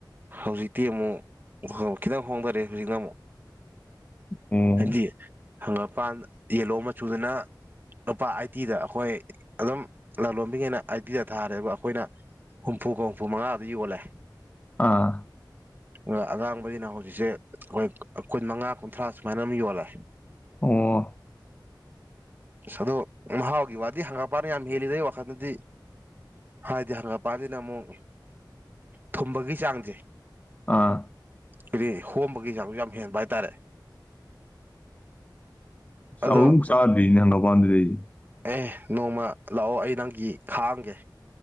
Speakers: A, on the right (about 25°); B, on the left (about 20°).
A: ꯍꯧꯖꯤꯛꯇꯤ ꯑꯃꯨꯛ ꯈꯤꯇꯪ ꯍꯣꯡꯗꯔꯦ ꯍꯧꯖꯤꯛꯅ ꯑꯃꯨꯛ
B: ꯑꯣ
A: ꯍꯥꯏꯗꯤ ꯍꯪꯒꯥꯛ ꯄꯥꯥꯟ ꯌꯦꯂꯣ ꯃꯆꯨꯗꯅ ꯂꯨꯄꯥ ꯑꯥꯏꯠꯇꯤꯗ ꯑꯩꯈꯣꯏ ꯑꯗꯨꯝ ꯂꯂꯣꯟꯕꯤꯉꯩꯅ ꯑꯥꯏꯠꯇꯤꯗ ꯊꯥꯔꯦ ꯑꯗꯨꯒ ꯑꯩꯈꯣꯏꯅ ꯍꯨꯝꯐꯨꯒ ꯍꯨꯝꯐꯨ ꯃꯉꯥꯗ ꯌꯣꯜꯂꯦ
B: ꯑꯥ
A: ꯑ ꯑꯉꯥꯡꯕꯗꯤꯅ ꯍꯧꯖꯤꯛꯁꯦ ꯑꯩꯈꯣꯏ ꯀꯨꯟ ꯃꯉꯥ ꯀꯨꯟꯊ꯭ꯔꯥ ꯁꯨꯃꯥꯏꯅ ꯑꯃꯝ ꯌꯣꯜꯂꯦ
B: ꯑꯣ
A: ꯁꯗꯣ ꯃꯍꯥꯎꯒꯤ ꯋꯥꯠ ꯍꯥꯏꯗꯤ ꯍꯪꯒꯄꯥꯟ ꯌꯥꯝ ꯍꯦꯜꯂꯤꯗꯩ ꯋꯥꯈꯜꯗꯗꯤ ꯍꯥꯏꯗꯤ ꯍꯪꯉꯄꯥꯟꯁꯤꯅ ꯑꯃꯨꯛ ꯊꯨꯝꯕꯒꯤ ꯆꯥꯡꯁꯦ
B: ꯑꯥ
A: ꯍꯥꯏꯗꯤ ꯍꯣꯝꯕꯒꯤ ꯆꯥꯛꯁꯨ ꯌꯥꯝ ꯍꯦꯟꯕ ꯍꯥꯏꯇꯥꯔꯦ ꯑꯗꯣ
B: ꯑ ꯆꯥꯔꯤꯅꯤ ꯍꯪꯅꯄꯗꯔꯤꯗꯤ
A: ꯑꯦ ꯅꯣꯡꯃ ꯂꯥꯛꯑꯣ ꯑꯩ ꯅꯪꯒꯤ ꯈꯥꯡꯒꯦ